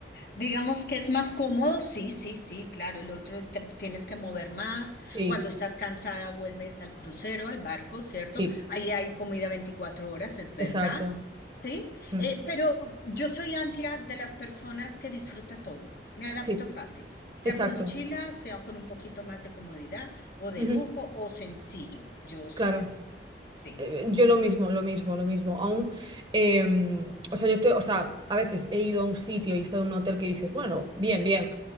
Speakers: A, on the left (about 55°); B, on the right (about 25°).
A: digamos que es más cómodo, sí, sí, sí, claro. El otro te tienes que mover más.
B: Sí,
A: Cuando estás cansada, vuelves al crucero, al barco, ¿cierto?
B: sí,
A: Ahí hay comida 24 horas, es verdad.
B: exacto.
A: ¿sí?
B: Mm.
A: Eh, pero yo soy antia de las personas que disfruta todo. Me adapto
B: Sí,
A: fácil, sea
B: exacto.
A: con mochila, sea con un poquito más de comodidad o de
B: Ujú,
A: lujo o sencillo. Yo soy
B: claro.
A: así. Sí,
B: Eh, yo lo mismo, lo mismo, lo mismo. Aún,
A: sí,
B: em, o sea, yo estoy, o sea, a veces he ido a un sitio y he estado en un hotel que dices, bueno, bien, bien.